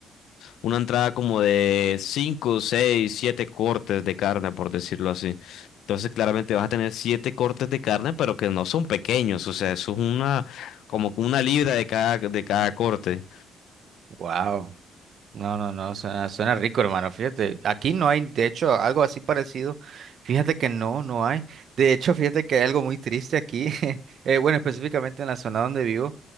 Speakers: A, on the left (about 80°); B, on the right (about 60°).
A: una entrada como de 5 6 7 cortes de carne, por decirlo así. Entonces, claramente vas a tener 7 cortes de carne, pero que no son pequeños. O sea, eso es una, como que una libra de cada, de cada corte.
B: Wow. No, no, no, suena, suena rico, hermano. Fíjate, aquí no hay, de hecho, algo así parecido. Fíjate que no, no hay. De hecho, fíjate que hay algo muy triste aquí. <laughs> eh, bueno, específicamente en la zona donde vivo,